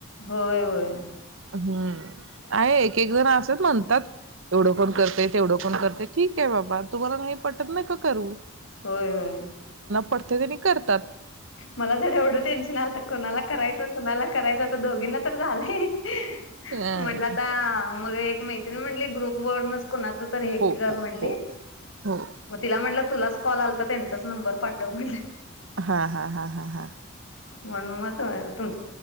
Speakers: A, on the left; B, on the right.
A: होय होय
B: हूं आहे एक एक जण आस म्हणतात एवढं कोण करतय तेवढं कोण करतय ठीके बाबा तुम्हाला नाही पटत नाका करू.
A: होय होय!
B: पडते त्याने करतात.
A: मला त एवढं टेन्शन आलं त कोणाला करायचं कुणाला करायचं. दोघींना तर झालंय.
B: अ
A: म्हणलं आता. मग एक मैत्रीण म्हनली ग्रुप वरूनच. कोणाच तर हे
B: हो
A: कर
B: हो
A: म्हनली
B: हो हो
A: म तिला म्हनल. तुलाच कॉल आलाता त्यांचाच नंबर पाठव म्हनलं.
B: हा हा हा हा हा!
A: म्हणुन म थोया तुम.